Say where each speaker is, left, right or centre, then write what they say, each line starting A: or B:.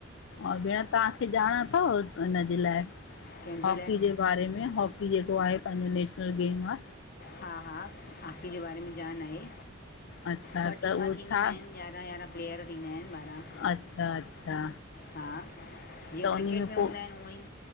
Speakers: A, on the left; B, on the left.
A: ओर भेण तव्हांखे ॼाण अथव हुनजे लाइ
B: कंहिंजे
A: हॉकी
B: लाइ
A: जे बारे में, हॉकी जेको आहे पंहिंजो नेशनल गेम आ
B: हा हा हाकी जे बारे में ॼाण आहे।
A: अच्छा
B: ॿ टीमा
A: त उहो
B: थींदियूं
A: छा
B: आहिन यारहं यारहं प्लेयर थींदा आहिन ॿाराहं
A: अच्छा, अच्छा
B: हा जीअं
A: त
B: क्रिकेट
A: उन
B: में हूंदा
A: पोइ
B: आहिन उअं ई